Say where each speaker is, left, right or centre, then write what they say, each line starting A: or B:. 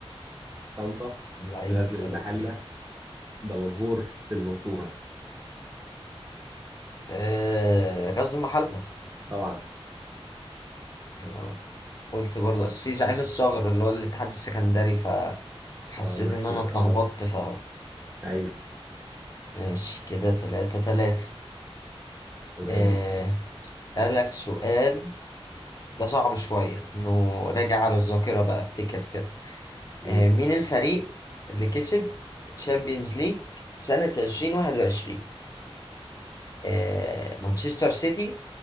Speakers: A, on the right; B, on the left.
A: طنطا
B: زعيم
A: غزل
B: الفلاحين
A: المحلة دمنهور المنصورة
B: آه غزل المحلة
A: طبعا
B: أنا قلت برضه أصل في زعيم الصغر اللي هو الاتحاد السكندري ف
A: <laughs>
B: حسيت
A: اه بس
B: ان انا
A: اه
B: اتلخبطت ف
A: ايوه
B: ماشي كده تلاتة تلاتة
A: تمام
B: آه، اسألك سؤال ده صعب شوية انه راجع على الذاكرة بقى افتكر كده
A: مم.
B: آه، مين الفريق اللي كسب تشامبيونز ليج سنة 2021 آه، مانشستر سيتي